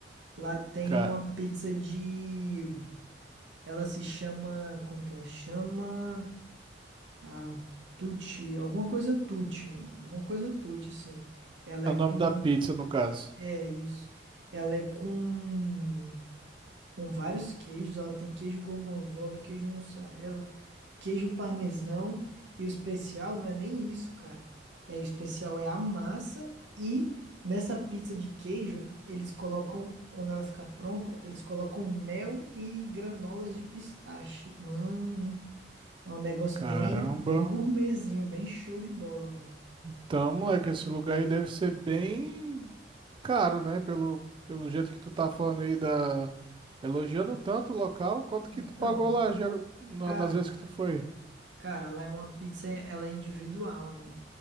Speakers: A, on the right (about 70°); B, on the right (about 25°).
A: Lá tem
B: Cara,
A: uma pizza de. Ela se chama. Como que ela chama? A Tucci, alguma coisa Tucci, mano. Alguma coisa Tucci, assim. Ela
B: é
A: é
B: o
A: com.
B: nome da pizza, no caso.
A: É isso. Ela é com. Com vários queijos. Ela tem queijo gorgonzola, queijo mussarela, queijo parmesão. E o especial não é nem isso, cara. É, o especial é a massa. E nessa pizza de queijo, eles colocam. Quando ela fica pronta, eles colocam mel e granolas de pistache. Mano. É um negócio
B: Caramba.
A: bem, bem gourmetzinho, bem show de bola, mano.
B: Então, moleque, esse lugar aí deve ser bem caro, né? Pelo, pelo jeito que tu tá falando aí da... Elogiando tanto o local, quanto
A: Então,
B: que tu pagou lá, geral... na-
A: cara,
B: nas vezes que tu foi?
A: cara, lá é uma pizza, ela é individual, né?